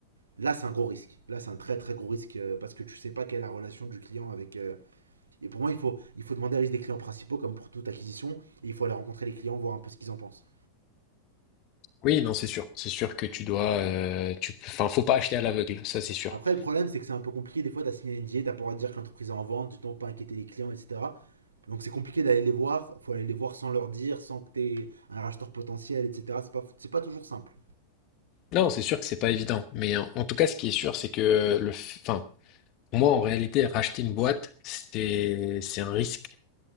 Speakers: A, on the right; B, on the left.
A: là c'est un gros risque. Là c'est un très très gros risque euh, parce que tu sais pas quelle est la relation du client avec. euh, Et pour moi, il faut, il faut demander la liste des clients principaux comme pour toute acquisition et il faut aller rencontrer les clients, voir un peu ce qu'ils en pensent.
B: Oui, non, c'est sûr. C'est sûr que tu dois, euh, tu, enfin, faut pas acheter à l'aveugle, ça c'est sûr.
A: Après, le problème c'est que c'est un peu compliqué. Des fois, t'as signé un NDA, t'as pas le droit de dire que l'entreprise est en vente, tu t'en pas inquiéter les clients, etc. Donc c'est compliqué d'aller les voir. Il Faut aller les voir sans leur dire, sans que t'aies un racheteur potentiel, etc. C'est pas, c'est pas toujours simple.
B: Non, c'est sûr que c'est pas évident. Mais en, en tout cas, ce qui est sûr, c'est que le, f- enfin, moi en réalité, racheter une boîte, c'est, c'est un risque.